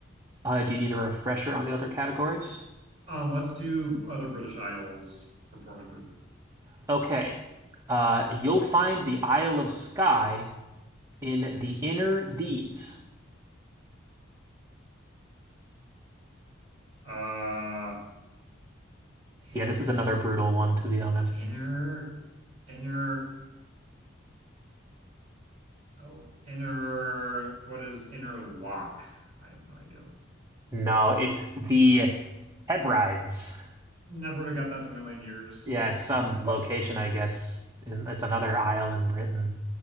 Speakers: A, on the right (about 15°); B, on the right (about 35°).
A: Uh, do you need a refresher on the other categories?
B: Um, let's do other British Isles for 400.
A: Okay. Uh, you'll find the Isle of Skye in the inner these.
B: Uh, inner,
A: Yeah, this is another brutal one, to be honest.
B: inner, inner, oh, inner, what is inner lock? I have no idea.
A: No, it's the Hebrides.
B: Never would have
A: It's
B: got that in a million years.
A: yeah, it's some
B: <laughs>
A: location, I guess. In, it's another isle in Britain.